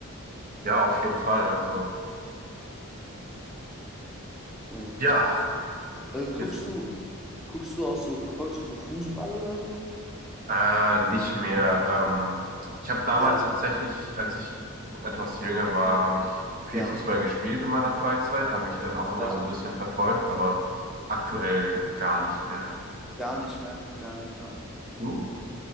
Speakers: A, on the right; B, in the centre.
A: ja, auf jeden Fall. Also,
B: äh,
A: ja,
B: cool. Äh, guckst
A: jetzt
B: du, guckst du auch so, verfolgst du so Fußball oder so?
A: äh, nicht mehr. Ähm, ich habe damals
B: Ja,
A: tatsächlich, als ich noch etwas jünger war, habe ich viel
B: ja,
A: Fußball gespielt in meiner Freizeit, habe ich dann auch immer
B: ja.
A: so ein bisschen verfolgt, aber aktuell gar nicht mehr.
B: Gar nicht mehr, gar nicht mehr, okay.
A: Du?